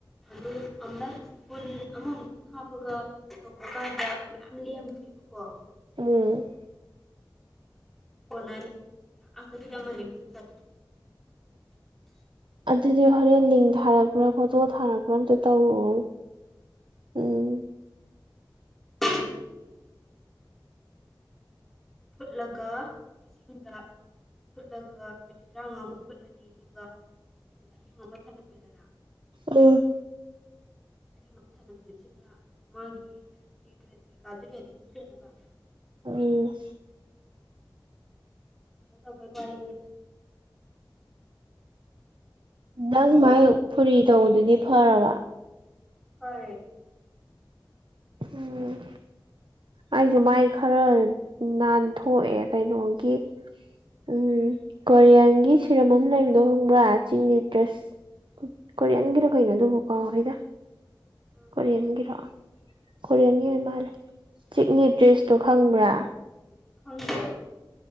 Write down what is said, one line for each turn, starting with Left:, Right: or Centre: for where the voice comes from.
Centre: ꯑꯗꯨ ꯑꯃꯨꯛꯇꯪꯟ ꯑꯃ ꯑꯨꯛꯇꯪ ꯍꯥꯞꯄꯒ ꯇꯧꯕ ꯀꯥꯟꯗ ꯃꯌꯥꯝ ꯂꯦꯝꯃꯅꯦꯕꯀꯣ
Right: ꯎꯝ
Centre: ꯀꯅꯥꯅꯤ ꯑ ꯃꯅꯤꯄꯨꯔ
Right: ꯑꯗꯨꯗꯤ ꯍꯣꯔꯦꯟ ꯂꯤꯡ ꯊꯥꯔꯛꯄ꯭ꯔꯥ ꯐꯣꯇꯣ ꯊꯥꯔꯛꯄ꯭ꯔꯥ ꯑꯝꯇ ꯇꯧꯔꯛꯑꯣ ꯎꯝ
Centre: ꯑꯥ ꯐꯨꯠꯂꯒ ꯏꯁꯤꯡꯗ ꯐꯨꯠꯂꯒ ꯃꯤꯅꯤꯠ ꯇꯔꯥꯃꯉꯥꯃꯨꯛ ꯐꯨꯠꯂꯅꯤ ꯑꯗꯨꯒ ꯑꯍꯤꯡ ꯑꯃ ꯊꯜꯂꯝꯃꯦꯗꯅ
Right: ꯎꯝ
Centre: ꯑꯩꯒꯤ ꯃꯃ ꯊꯜꯂꯝꯗꯣꯏꯁꯤꯅ ꯃꯥꯒꯤ ꯌꯦ ꯗ꯭ꯔꯦꯁ ꯀꯩꯀꯥꯗ ꯍꯔꯀꯁꯨꯅꯕ
Right: ꯎ
Centre: ꯗ ꯍꯥꯏ
Right: ꯅꯪ ꯃꯥꯥꯏ ꯐꯨꯔꯤ ꯇꯧꯕꯗꯨꯗꯤ ꯐꯔꯕ
Centre: ꯍꯣꯏꯦ
Right: ꯎꯝ ꯑꯩꯁꯨ ꯃꯥꯏ ꯈꯔ ꯅꯥꯟꯊꯣꯛꯑꯦ ꯀꯩꯅꯣꯒꯤ ꯎꯝ ꯀꯣꯔꯤꯌꯥꯟꯒꯤ ꯁꯤꯔꯝ ꯑꯃ ꯂꯩꯕꯗꯣ ꯍꯪꯕ꯭ꯔꯥ ꯆꯤꯡ ꯅ꯭ꯌꯨꯇ꯭ꯔꯁ ꯀꯣꯔꯤꯌꯥꯟꯒꯤꯗꯣ ꯀꯩꯅꯣꯗꯨꯕꯨꯀꯣ ꯍꯗ
Centre: ꯑꯥ
Right: ꯀꯣꯔꯤꯌꯟꯒꯤꯔꯣ ꯀꯣꯔꯤꯌꯟꯒꯤ ꯑꯣꯏꯅ ꯃꯥꯜꯂꯦ ꯆꯤꯛꯅꯤ ꯗ꯭ꯔꯦꯁꯇꯣ ꯈꯪꯕ꯭ꯔꯥ
Centre: ꯈꯪꯗꯦ